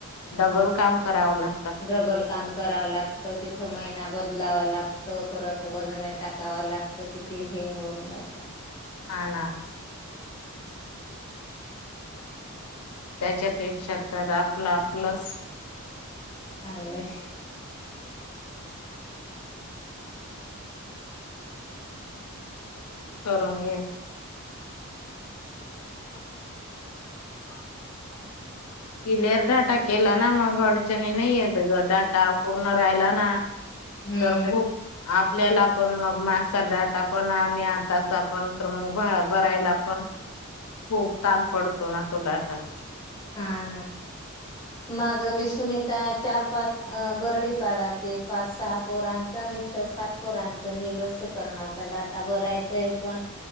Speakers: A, on the left; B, on the left.
A: डबल काम कराव ला
B: डबल काम करावं लागत तिथं
A: ना
B: महिना बदलावा लागत परत वजने टाक वा लागतो किती हे होऊन जात
A: ह ना त्याच्यापेक्षा तर आपलं आपलं...
B: चांगलंय.... तप...
A: करन घेईन....
B: हो जा.....
A: क्लिअर डाटा केला ना मग अडचणी नाही येत ग डाटा पूर्ण राहिला ना...
B: हम्म...
A: तर खूप आपल्याला पण मग मागचा डाटा पण आणि आताचा पण तर मग भरायला पण खूप ताण पडतो ना तो डाटा
B: हा ना.... माझं बसून इथ चार पाच बर्डीपाडाचे पाच सहा पोरांचं आणि इथलं सात..... पोरांचं हे लसीकरणाचा डाटा बरायचाय पण...